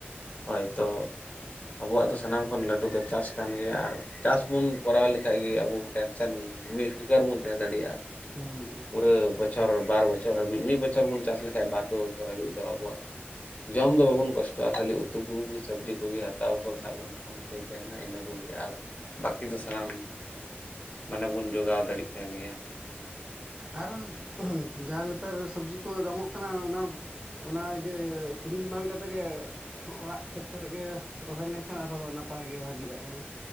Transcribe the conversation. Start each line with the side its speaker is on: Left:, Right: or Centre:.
Left: ᱦᱚᱭᱛᱚ ᱟᱵᱚᱣᱟᱜ ᱫᱚ ᱥᱟᱱᱟᱢ ᱠᱷᱚᱱ ᱞᱟᱹᱴᱩ ᱫᱚ ᱪᱟᱥ ᱠᱟᱱ ᱜᱮᱭᱟ ᱟᱨ ᱪᱟᱥᱵᱩᱱ ᱠᱚᱨᱟᱣ ᱞᱮᱠᱷᱟᱡ ᱜᱮ ᱟᱵᱚ ᱴᱮᱱᱥᱮᱱ ᱢᱤᱫ ᱯᱷᱤᱠᱟᱨ <unintelligible> ᱵᱩᱱ ᱛᱟᱦᱮᱸ ᱫᱟᱲᱮᱭᱟᱜᱼᱟ
Right: ᱦᱩᱸ
Left: ᱯᱩᱨᱟᱹ ᱵᱚᱪᱷᱚᱨ ᱵᱟᱨ ᱵᱚᱪᱷᱚᱨ ᱦᱟᱹᱵᱤᱡ ᱢᱤᱫ ᱵᱚᱪᱷᱚᱨ ᱵᱚᱱ ᱪᱟᱥ ᱞᱮᱠᱷᱟᱱᱡ ᱵᱟᱨ ᱯᱮ ᱵᱚᱪᱷᱚᱨ ᱦᱟᱹᱵᱤᱡ ᱫᱚ ᱟᱵᱚᱣᱟᱜ ᱡᱚᱢ ᱫᱚ ᱵᱟᱵᱚᱱ ᱠᱚᱥᱴᱚᱜᱼᱟ ᱠᱷᱟᱹᱞᱤ ᱩᱛᱩ ᱠᱚᱮ ᱥᱚᱵᱽᱡᱤ ᱠᱚᱜᱮ ᱦᱟᱛᱟᱣ ᱠᱚᱨᱮᱱᱟᱜ ᱵᱚᱱ ᱠᱚᱢ ᱛᱟᱦᱮᱱᱟ ᱤᱱᱟᱹ ᱠᱚᱜᱮ ᱟᱨ ᱵᱟᱹᱠᱤ ᱫᱚ ᱥᱟᱱᱟᱢ ᱢᱟᱱᱮ ᱵᱚᱱ ᱡᱚᱜᱟᱣ ᱫᱟᱲᱮᱜ ᱛᱟᱦᱮᱱ ᱜᱮᱭᱟ ᱾
Right: ᱟᱨᱦᱚᱸᱡᱟ ᱱᱮᱛᱟᱨ ᱥᱚᱵᱡᱤ ᱠᱚ ᱫᱟᱢᱚᱜ ᱠᱟᱱᱟ ᱚᱱᱟ ᱚᱱᱟ ᱡᱮ ᱠᱤᱨᱤᱧ ᱵᱟᱝ ᱠᱟᱛᱮᱜ ᱜᱮ ᱚᱲᱟᱜ ᱠᱷᱮᱛ ᱠᱚᱨᱮ ᱜᱮ ᱨᱚᱦᱚᱭ ᱞᱮᱱᱠᱷᱟᱱ ᱟᱨᱦᱚᱸ ᱱᱟᱯᱟᱭ ᱜᱮ ᱵᱷᱟᱹᱜᱤᱜᱼᱟ ᱦᱮᱸ ᱾